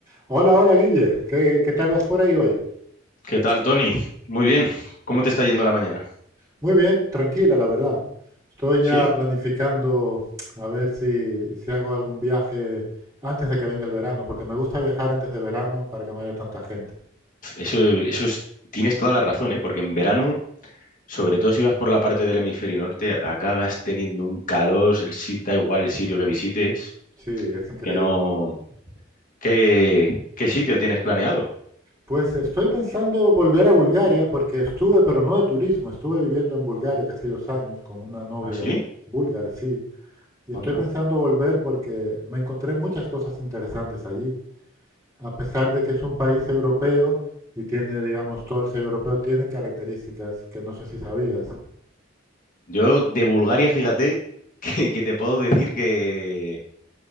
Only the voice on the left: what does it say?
¿Qué tal, Tony? Muy bien. ¿Cómo te está yendo la mañana?
Sí,
eso, eso es, tienes toda la razón, ¿eh? Porque en verano, sobre todo si vas por la parte del hemisferio norte, acabas teniendo un calor, el sitio da igual el sitio que visites,
que no... ¿Qué, qué sitio tienes planeado?
¿Ah, sí?
Onda.
Yo de Bulgaria, fíjate, <laughs> que, que te puedo decir que,